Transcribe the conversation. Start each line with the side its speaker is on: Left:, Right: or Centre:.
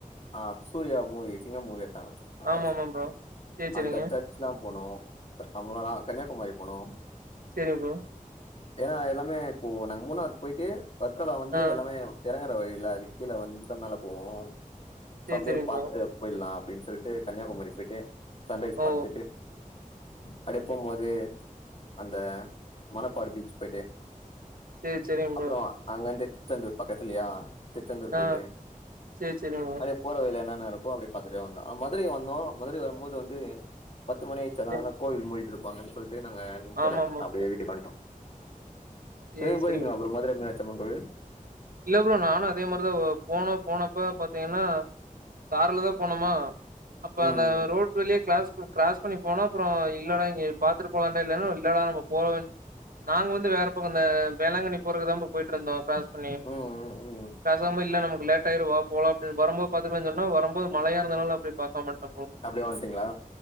Left: ஆ சூரியா மூவி சிங்க மூவியத்தா எத்தாங்க
Right: ஆமா ஆமா ப்ரோ சேரி
Left: அந்த
Right: சேரிங்க
Left: சர்ச்லா போனோ க அப்றோ ந கன்யாகுமரி போனோ
Right: செரிங்க ப்ரோ
Left: ஏனா எல்லாமே இப்போ நாங்க மூணாறு போயிட்டு ஒர்கர்லா வந்து
Right: ஆ
Left: எல்லாமே எறங்கற வழில்ல அது கீழ வந்துட்டு தா மேல போவோ
Right: சேரி
Left: சோ அப்டியே
Right: சேரிங்க
Left: பாத்துட்டு
Right: ப்ரோ
Left: போயிலா அப்டின்னு சொல்ட்டு கன்னியாகுமரி சைட்டு சன்ரைஸ்
Right: ஓ
Left: பாத்துட்டு அப்டியே போம் போது அந்த மணப்பாடு பீச்சு போயிட்டு
Right: சேரி சேரிங்க
Left: அப்றோ
Right: ப்ரோ
Left: அங்கந்து திருச்செந்தூர் பக்கதுலியா திருச்செந்தூர் போயிட்டு
Right: ஆ சேரி சேரிங்க ப்ரோ
Left: அப்டே போறவழில என்னென்ன இருக்கு அப்டியே பாத்துட்டே வந்தோ அ மதுர வந்தோ மதுரை வரும்போது வந்து பத்து மணி ஆயிச்சு அனாலதா
Right: சேரி
Left: கோவில் மூடிட்டு இருப்பாங்கன் சொல்ட்டு நாங்க நித்தல
Right: ஆமா ஆமா
Left: அப்டியே
Right: ப்ரோ
Left: வீட்டுக்குவண்டோ
Right: சேரி
Left: நீங்க போறீங்களா
Right: சேரிங்க ப்ரோ
Left: மதுர மீனாச்சம்மன் கோவில்
Right: இல்ல ப்ரோ நானு அதே மாரிதா போனோ போனப்ப பாத்தீங்கன்னா கார்ல தா போனோமா அப்ப
Left: ம்
Right: அந்த
Left: ம்
Right: ரோட் வழியே கிளாஸ் கிராஸ் பண்ணி போனா அப்றோ இல்லடா இங்க பாத்துட்டு போலாடா இல்லனா இல்லடா நம்ம போற வழி நாங்க வந்து வேற பக்கொ இந்த வேளாங்கண்ணி போறக்கு தா ப்ரோ போயிட்டு இருந்தோ கிராஸ் பண்ணி
Left: ம் ம் ம்
Right: பேசாம இல்ல நமக்கு லேட்டாயிரு வா போலா அப்டினு வரும்போ பாத்துக்கலா சொன்னா வரும்போ மழையா இருந்தனால அப்டி பாக்கம வந்டோ ப்ரோ
Left: அப்டியே வந்ட்டீங்களா